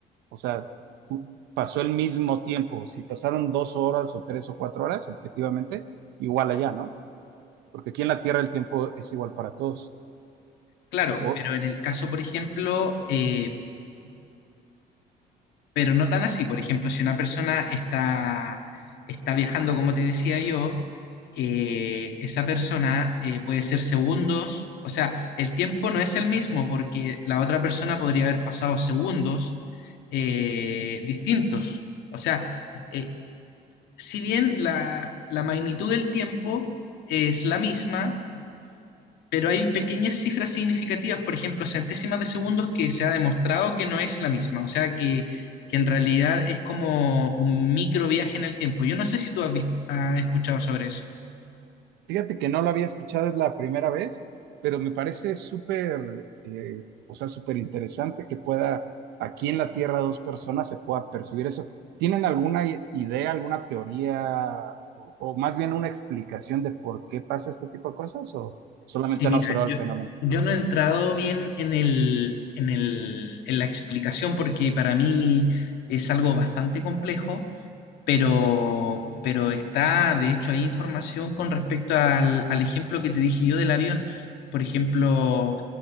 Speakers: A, on the right; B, on the left.
A: o sea, tú, pasó el mismo tiempo. Si pasaron dos horas o tres o cuatro horas, objetivamente, igual allá, ¿no? Porque aquí en la Tierra el tiempo es igual para todos.
B: Claro,
A: O,
B: pero en el caso, por ejemplo, eh, pero no tan así. Por ejemplo, si una persona está, está viajando, como te decía yo, eh, esa persona eh, puede ser segundos, o sea, el tiempo no es el mismo porque la otra persona podría haber pasado segundos eh, distintos. O sea, eh, si bien la, la magnitud del tiempo es la misma, pero hay pequeñas cifras significativas, por ejemplo, centésimas de segundos que se ha demostrado que no es la misma, o sea que, que en realidad es como un micro viaje en el tiempo. Yo no sé si tú has, vis- has escuchado sobre eso.
A: Fíjate que no lo había escuchado, es la primera vez, pero me parece súper, eh, o sea, súper interesante que pueda aquí en la Tierra dos personas se pueda percibir eso. ¿Tienen alguna i- idea, alguna teoría o, o más bien una explicación de por qué pasa este tipo de cosas o solamente
B: Sí, mira,
A: han observado
B: yo,
A: el fenómeno?
B: yo no he entrado bien en el, en el, en la explicación porque para mí es algo bastante complejo. pero, pero está, de hecho, hay información con respecto al, al ejemplo que te dije yo del avión. Por ejemplo,